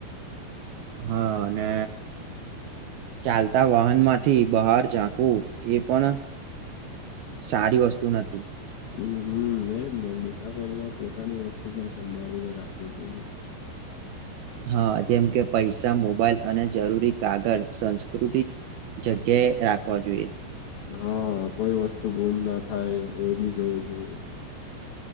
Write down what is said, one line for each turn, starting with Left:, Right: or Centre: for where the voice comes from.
Right: હા અને ચાલતા વાહન માંથી બહાર ઝાંકવું એ પણ સારી વસ્તુ નથી.
Left: હમ હમ એજ ને મુસાફરી માં પોતાની વસ્તુ પણ સંભાળીને રાખવી જોઈએ.
Right: હા જેમ કે પૈસા મોબાઈલ અને જરૂરી કાગળ સંસ્કૃતિક જગ્યાએ રાખવા જોઈએ.
Left: હા કોઈ વસ્તુ ગુમ ના થાય એ બી જોવું જોઈએ.